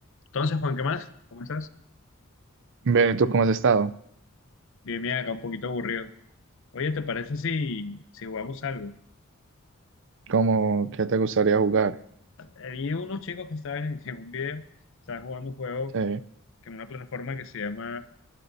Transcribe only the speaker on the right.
Ve, ¿tú cómo has estado?
¿Cómo, qué te gustaría jugar?
Sí.